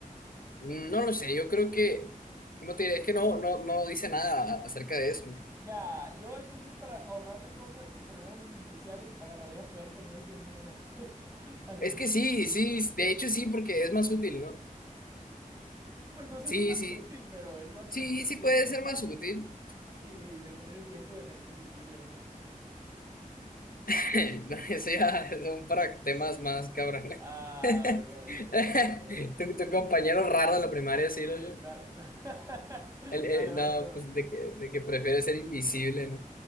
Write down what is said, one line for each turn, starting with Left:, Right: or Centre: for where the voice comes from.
Left: no lo sé. Yo creo que, ¿cómo te diré? Es que no, no, no dice nada acerca de eso. ¿no?
Right: Ya, yo entonces para ahorrarme cosas y problemas existenciales agarraría poder tener el tiempo una vez <laughs> al
Left: Es
Right: día.
Left: que sí, sí, de hecho sí, porque es más útil, ¿no?
Right: Pues no sé
Left: Sí,
Right: si más
Left: sí,
Right: útil, pero es más,
Left: sí,
Right: siento
Left: sí puede
Right: que
Left: ser más útil.
Right: sí, de tener el tiempo y hacerte invisible, ¿no?
Left: <laughs> Eso ya son para temas más cabrones.
Right: Ah, ok, ok,
Left: <laughs>
Right: perdón, perdón.
Left: Tu, tu compañero raro de la primaria, sí,
Right: Sí,
Left: lo-
Right: dale, <laughs>
Left: el, el-
Right: dale, vas
Left: no,
Right: tú.
Left: pues de que, de que prefiere ser invisible, ¿no?